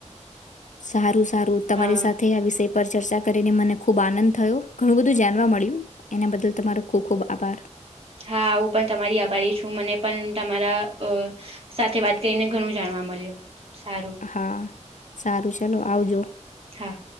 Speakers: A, on the left; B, on the right.
A: સારું સારું તમારી
B: હા
A: સાથે આ વિષય પર ચર્ચા કરીને મને ખૂબ આનંદ થયો ઘણું બધું જાણવા મળ્યું એના બદલ તમારો ખૂબ ખૂબ આભાર
B: હા હું પન તમારી આભારી છું મને પન તમારા અ સાથે વાત કરીને ઘણું જાણવા મળ્યું સારું
A: હા સારું ચલો આવજો
B: હા